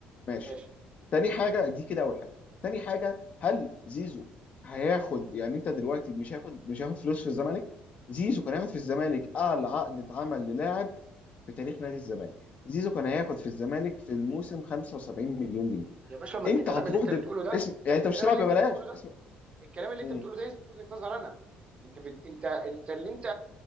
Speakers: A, on the left; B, on the right.
A: ماشي
B: ماشي
A: تاني حاجة دي كده أول حاجة تاني حاجة هل زيزو هياخد يعني أنت دلوقتي مش هياخد مش هياخد فلوس في الزمالك زيزو كان هياخد في الزمالك أعلى عقد اتعمل للاعب في تاريخ نادي الزمالك زيزو كان هياخد في الزمالك في الموسم 75 مليون جنيه
B: يا باشا ما
A: أنت
B: انت الكلام
A: هتروح
B: اللي انت
A: دل...
B: بتقوله ده
A: اسم يعني
B: الكلام
A: أنت مش هتلعب
B: اللي انت
A: ببلاش
B: بتقوله ده
A: اسم
B: الكلام اللي
A: مم.
B: انت بتقوله ده يثبت وجهة نظر انا انت بت... انت انت اللي انت